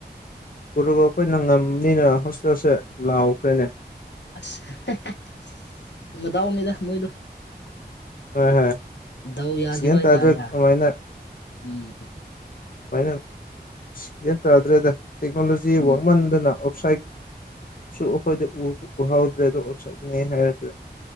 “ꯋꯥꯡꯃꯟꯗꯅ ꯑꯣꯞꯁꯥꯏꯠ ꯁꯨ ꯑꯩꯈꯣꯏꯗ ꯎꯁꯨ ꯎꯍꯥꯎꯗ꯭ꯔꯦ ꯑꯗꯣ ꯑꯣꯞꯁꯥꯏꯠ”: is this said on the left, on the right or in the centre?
Left